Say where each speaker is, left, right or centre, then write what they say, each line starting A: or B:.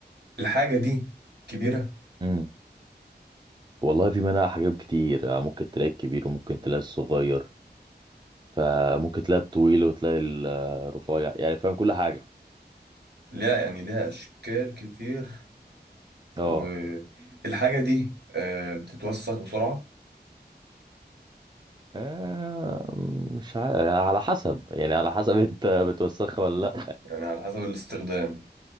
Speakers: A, on the right (about 70°); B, on the right (about 25°).
A: الحاجة دي كبيرة؟
B: امم والله في منها حاجات كتير آه، ممكن تلاقي الكبير وممكن تلاقي الصغير فممكن تلاقي الطويل وتلاقي ال- آه، الرفيع يعني فاهم كل حاجه
A: لا يعني ليها أشكال كتير
B: اه
A: والحاجة دي آه، بتتوسخ بسرعة
B: آه، مش عارف على حسب يعني على حسب <laughs> انت بتوسخها ولا لا
A: يعني على حسب الاستخدام